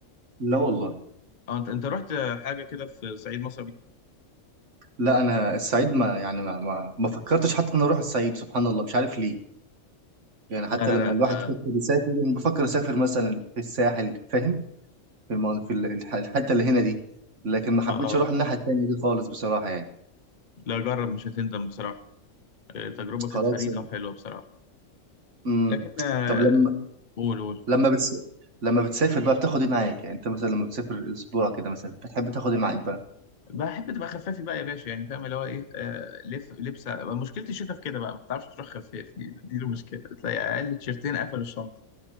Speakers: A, on the right; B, on the left.
A: لا والله
B: اه انت أنت رحت حاجة كده في صعيد مصر قبل كده؟
A: لا انا الصعيد ما يعني ما ما, ما فكرتش حتى ان أنا اروح الصعيد سبحان الله مش عارف ليه يعني حتى
B: لا لا
A: لما
B: لا
A: الواحد
B: اه
A: يفكر يسافر انا بفكر اسافر مثلا في الساحل فاهم في المن... في ال- الح- الحته اللي هنا دي لكن ما حبيتش
B: اه آه.
A: اروح الناحيه التانيه دي خالص بصراحه يعني
B: لا جرب مش هتندم بصراحة آه، تجربة كانت
A: خلاص
B: فريدة وحلوة بصراحة
A: امم
B: لكن آه،
A: طب لما
B: قول قول
A: لما بتس... لما بتسافر بقى بتاخد ايه معاك يعني انت مثلا لما بتسافر اسبوع كده مثلا بتحب تاخد ايه معاك بقى
B: بحب تبقى خفافي بقى يا باشا يعني فاهم اللي هو ايه آه لف لبسه مشكله الشتا في كده بقى ما بتعرفش تروح خفافي دي المشكله تلاقي اقل تيشرتين قفلوا الشنطه